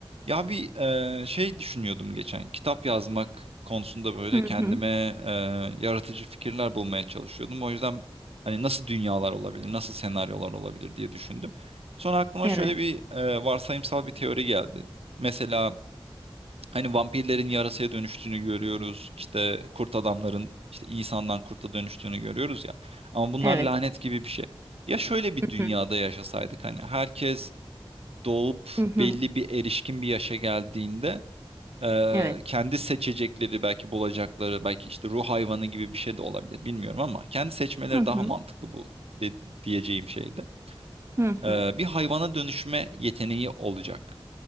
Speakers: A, on the right (about 85°); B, on the right (about 25°).
A: Ya bir eee, şey düşünüyordum geçen. Kitap yazmak konusunda böyle
B: Hı
A: kendime
B: hı.
A: eee, yaratıcı fikirler bulmaya çalışıyordum. O yüzden hani nasıl dünyalar olabilir, nasıl senaryolar olabilir diye düşündüm. Sonra aklıma
B: Evet.
A: şöyle bir eee, varsayımsal bir teori geldi. Mesela hani vampirlerin yarasaya dönüştüğünü görüyoruz. İşte kurt adamların işte insandan kurta dönüştüğünü görüyoruz ya. Ama bunlar
B: Evet.
A: lanet gibi bir şey. Ya şöyle bir dünyada
B: Hı hı.
A: yaşasaydık hani herkes doğup
B: Hı hı.
A: belli bir erişkin bir yaşa geldiğinde Eee,
B: Evet.
A: kendi seçecekleri belki bulacakları belki işte ruh hayvanı gibi bir şey de olabilir bilmiyorum ama kendi seçmeleri
B: Hı hı.
A: daha mantıklı bu de- diyeceğim şeydi.
B: Hı
A: Eee,
B: hı.
A: bir hayvana dönüşme yeteneği olacak